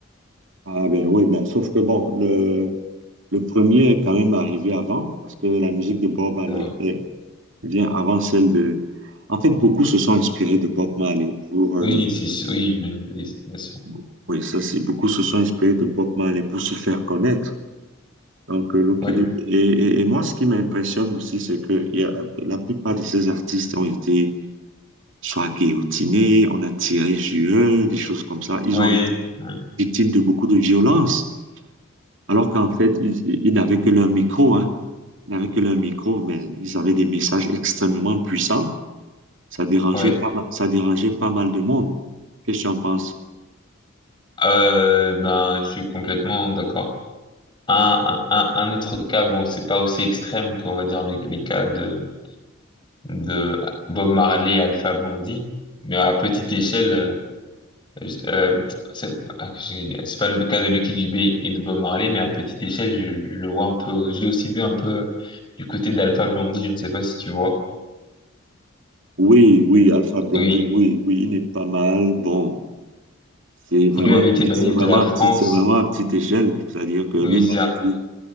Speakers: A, on the right (about 60°); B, on the left (about 20°).
A: Ah ben oui, ben, sauf que bon, le, le premier est quand même arrivé avant, parce que la musique de Bob Marley
B: C'est vrai.
A: est- vient avant celle de... En fait, beaucoup se sont inspirés de Bob Marley pour... euh,
B: Oui, c'est sûr, oui, bien, oui, bien sûr.
A: bo- oui, ça c'est, beaucoup se sont inspirés de Bob Marley pour se faire connaître. Donc, euh, Lucky
B: Oui,
A: Dube- Et, et, et moi, ce qui m'impressionne aussi, c'est que il y a, la plupart de ces artistes ont été soit guillotinés, on a tiré sur eux, des choses comme ça. Ils
B: oui,
A: ont été
B: oui,
A: victimes de beaucoup de violences. Alors qu'en fait, ils, ils n'avaient que leur micro, hein. Ils n'avaient que leur micro, mais ils avaient des messages extrêmement puissants. Ça dérangeait
B: oui.
A: pas mal, ça dérangeait pas mal de monde. Qu'est-ce que tu en penses?
B: Euh, ben je suis complètement d'accord. Un, un, un autre cas, bon, c'est pas aussi extrême qu'on va dire les, les cas de, de Bob Marley et Alpha Blondie, mais à petite échelle, euh, je- euh, c'est ah, que j'ai- c'est pas le cas de Lucky Dubé et de Bob Marley, mais à petite échelle, je, je le vois un peu, je l'ai aussi vu un peu euh, du côté d'Alpha Blondie, je ne sais pas si tu vois,
A: Oui, oui, Alpha Blondy,
B: oui,
A: oui, oui, il n'est pas mal. Bon, c'est
B: qui
A: vraiment
B: lui avait
A: à petite,
B: été banni
A: c'est vraiment
B: de la
A: à
B: France,
A: petite, c'est vraiment à petite échelle. C'est-à-dire que lui-même,
B: oui, c'est ça,
A: il dit,